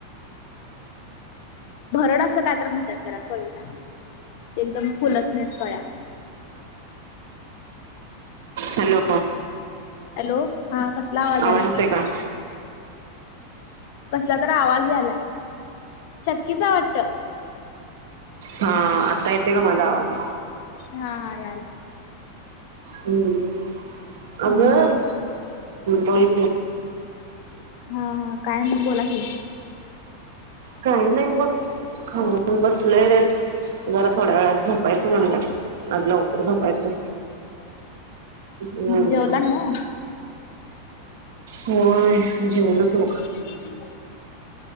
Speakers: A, on the left (about 50°); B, on the right (about 55°).
A: भरड असं काय तर म्हणतात करा कळीला ते एकदम फुलत नाहीत कळ्या
B: हॅलो
A: हॅलो हा आवाज
B: अते
A: आलाय?
B: का
A: कसला तर आवाज यालाय चक्कीच वाटत
B: हा आता य तेे का मजा आवात
A: हा हा या
B: हम् अग्
A: हम्म
B: बोल
A: हा हा काय म बोला की
B: काही नाही बघ खाऊन बसलंय रेच जर थोड्या वेळात झपायचं म्हणलं आदलं उकरर झपायचं हम्
A: जेवला नव्ह?
B: हो जेवण सुख
A: ह